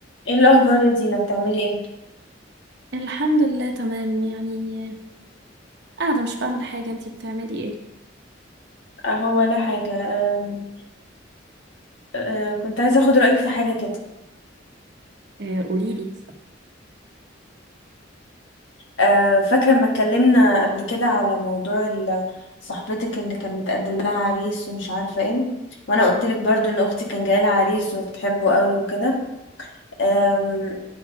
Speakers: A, on the left; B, on the right.
A: ايه الاخبار يا دينا بتعملي ايه
B: الحمد لله تمام يعني قاعدة مش بعمل حاجة انتي بتعملي ايه؟
A: اهو ولا حاجه أم، أه كنت عايزه اخد رايك في حاجه كده
B: آه قوليلي
A: أه فاكره لما اتكلمنا قبل كده على موضوع ال- صاحبتك اللي كان متقدم لها عريس ومش عارفه ايه وانا قلت لك برضو ان اختي كان جاي لها عريس وبتحبه قوي وكده أم،